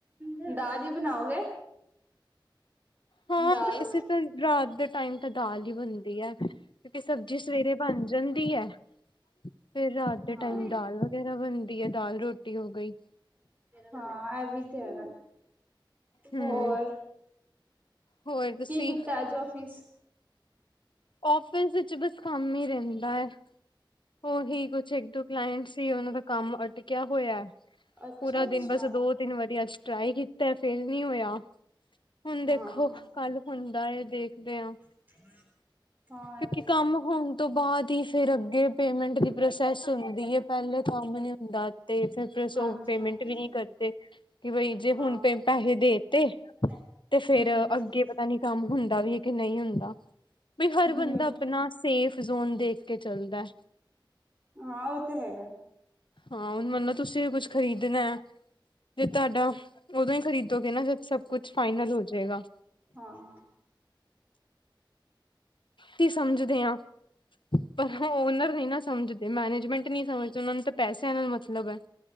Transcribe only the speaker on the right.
ਹੈ ਦਾਲ ਹੀ ਬਣਾਓਗੇ।
ਦਾਲ
ਹਾਂ
ਹਾਂ ਇਹ ਐਵੀ ਤੇ ਹੈਗਾ।
ਹੋਰ
ਕੀ ਕੀਤਾ ਅੱਜ ਆਫਿਸ।
ਅੱਛਾ,
ਅੱਛ
ਹਾਂ
<inaudible> ਹਾਂ
ਇਹ ਵੀ
ਹੈ
ਹਾਂਜੀ
ਹਾਂਜੀ
ਹਾਂ।
ਹੂੰ,
ਹੂੰ,
ਹੂੰ
ਹਾਂ, ਉਹ ਤੇ ਹੈਗਾ।
ਹਾਂ, ਹਾਂ।